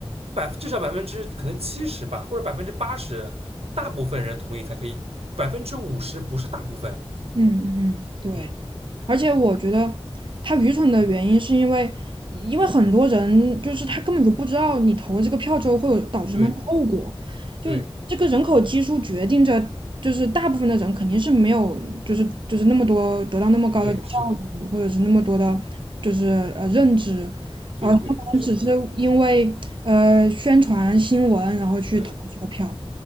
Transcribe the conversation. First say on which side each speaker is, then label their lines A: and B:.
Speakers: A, on the right; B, on the right.
A: 百至少百分之可能七十吧，或者百分之八十，大部分人同意才可以，百分之五十不是大部分。
B: 嗯嗯嗯，对，
A: 嗯，
B: 而且我觉得他愚蠢的原因是因为，因为很多人就是他根本就不知道你投这个票之后会有导致什么样的后果，
A: 对。对，
B: 就这个人口基数决定着，就是大部分的人肯定是没有，就是就是那么多得到那么高的教
A: 对，是的，
B: 育，或者是那么多的，就是呃认知，
A: 对对是的，
B: 啊、因为呃宣传新闻，然后去投这个票。
A: 对